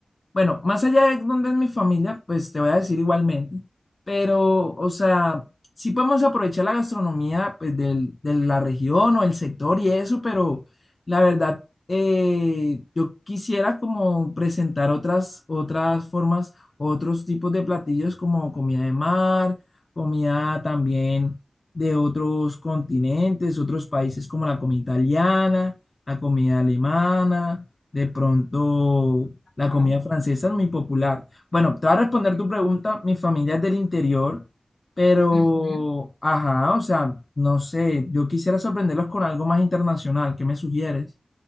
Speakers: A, on the left; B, on the left.
A: Bueno, más allá de dónde es mi familia, pues te voy a decir igualmente, pero, o sea, sí podemos aprovechar la gastronomía pues, del- de la región o el sector y eso, pero la verdad, eh, yo quisiera como presentar otras, otras formas, otros tipos de platillos como comida de mar, comida también de otros continentes, otros países como la comida italiana, la comida alemana. De pronto, la
B: Ah,
A: comida francesa es muy popular. Bueno, te voy a responder
B: bueno.
A: tu pregunta. Mi familia es del interior, pero,
B: Ujú.
A: ajá, o sea, no sé, yo quisiera sorprenderlos con algo más internacional. ¿Qué me sugieres?